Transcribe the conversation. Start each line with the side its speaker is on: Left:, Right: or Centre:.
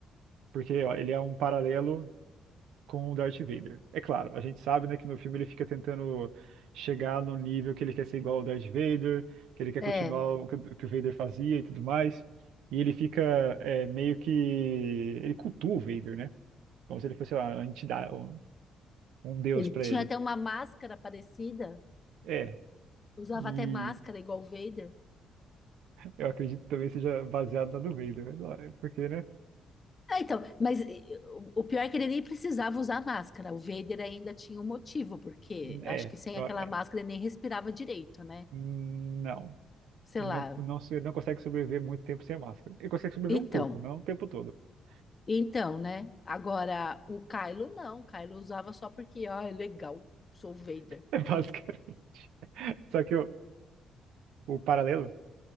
Right: Porque ó, ele é um paralelo com o Darth Vader. É claro, a gente sabe, né, que no filme ele fica tentando chegar no nível que ele quer ser igual ao Darth Vader, que ele quer
Left: É,
Right: continuar o que o que o Vader fazia e tudo mais. E ele fica é, meio que ele cultua o Vader, né? Como se ele fosse, sei lá, uma entidade, um, um deus
Left: ele
Right: pra
Left: tinha
Right: ele.
Left: até uma máscara parecida,
Right: É.
Left: usava
Right: E
Left: até máscara igual o Vader.
Right: eu acredito que também seja baseado na do Vader, né? porque, né?
Left: Ah, então, mas eh, o o pior é que ele nem precisava usar máscara. O Vader ainda tinha um motivo, porque
Right: É,
Left: acho que sem
Right: eu-
Left: aquela
Right: é.
Left: máscara ele nem respirava direito, né?
Right: Não.
Left: Sei
Right: Ele
Left: lá.
Right: não, não, se- não consegue sobreviver muito tempo sem a máscara. Ele consegue sobreviver
Left: Então,
Right: um pouco, não o tempo todo. <laughs>
Left: então, né? Agora, o Kylo não. O Kylo usava só porque, ó, é legal, sou o Vader.
Right: É basicamente.
Left: Ah,
Right: Só que o, o paralelo